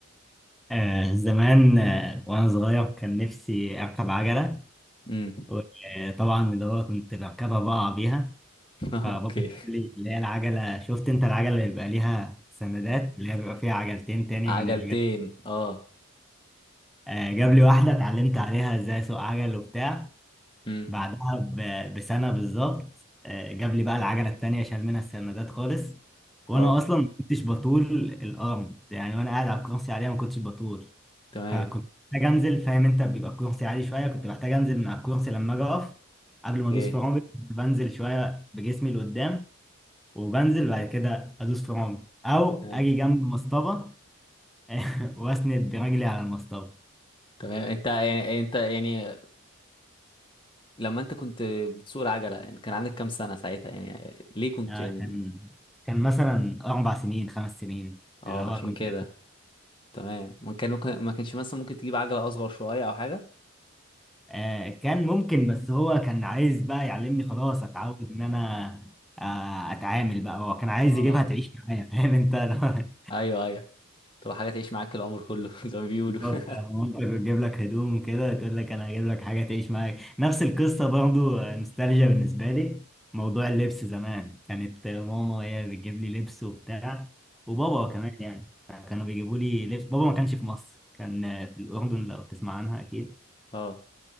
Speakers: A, in the centre; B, on the left.
A: آه زمان آه وانا صغير كان نفسي اركب عجلة
B: امم
A: وطبعا اللي هو كنت بركبها بقع بيها
B: <laughs>
A: فبابا
B: اوكي
A: جاب لي اللي هي العجلة شفت انت العجلة اللي بيبقى ليها سندات اللي هي بيبقى فيها عجلتين تاني
B: عجلتين
A: من الجنب
B: اه
A: آه جاب لي واحدة اتعلمت عليها ازاي اسوق عجل وبتاع
B: امم
A: بعدها ب- بسنة بالظبط آه، جاب لي بقى العجلة التانية شال منها السندات خالص وانا
B: اه
A: اصلا ما كنتش بطول الارم يعني وانا قاعد على الكرسي عليها ما كنتش بطول
B: تمام
A: فكنت محتاج انزل فاهم انت بيبقى الكرسي عالي شوية كنت محتاج انزل من على الكرسي لما اجي اقف قبل ما ادوس
B: ايه
A: فرامل كنت بنزل شوية بجسمي لقدام وبنزل بعد كده ادوس فرامل او
B: تمام
A: اجي جنب مصطبة <laughs> واسند برجلي على المصطبة
B: تمام انت يعني انت يعني لما انت كنت بتسوق العجلة يعني كان عندك كام سنة ساعتها يعني ليه كنت
A: آه،
B: يعني
A: كان كان مثلا اربع سنين خمس سنين
B: اه
A: اللي هو
B: عشان
A: كنت
B: كده تمام ما كان ممكن ما كانش مثلا ممكن تجيب عجلة اصغر شوية او حاجة
A: آه، كان ممكن بس هو كان عايز بقى يعلمني خلاص اتعود ان انا آه، اتعامل بقى هو كان عايز
B: اه
A: يجيبها تعيش معايا فاهم انت لو-
B: ايوه ايوه تبقى حاجة تعيش معاك العمر كله <laughs> زي ما
A: <laughs>
B: بيقولوا
A: بالظبط لما
B: <laughs>
A: مامتك بتجيب لك هدوم كده تقول لك انا هجيب لك حاجه تعيش معاك نفس القصه برضو آه، نوستالجيا بالنسبه لي موضوع اللبس زمان كانت آه، ماما هي بتجيب لي لبس وبتاع وبابا كمان يعني كانوا بيجيبوا لي لبس بابا ما كانش في مصر كان آه، في الاردن لو تسمع عنها اكيد
B: اه